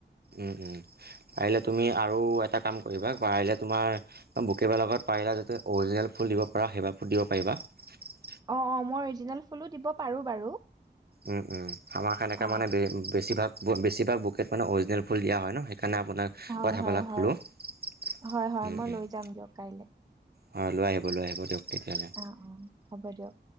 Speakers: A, on the right; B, on the right.
A: উম উম পাৰিলে তুমি আৰু এটা কাম কৰিবা পাৰিলে তোমাৰ বুকেবাৰ লগত পাৰিলা যাতে অৰিজিনেল ফুল দিব পৰা সেইবাৰ ফুল দিব পাৰিবা <unintelligible>
B: অ অ মই অৰিজিনেল ফুলো দিব পাৰো বাৰু
A: উম উম আমাৰ সনেকে
B: অ
A: মানে বেছিভাগ বেছিভাগ বুকেট মানে অৰিজিনেল ফুল দিয়া হয় ন সেইকাৰণে আপোনাক
B: হয়
A: কথাবিলাক
B: হয় হয়
A: কলো উম
B: হয় হয়
A: উম
B: মই লৈ যাম দিয়ক কাইলৈ
A: হয় লৈ আহিব লৈ আহিব দিয়ক তেতিয়াহ'লে
B: অ অ হ'ব দিয়ক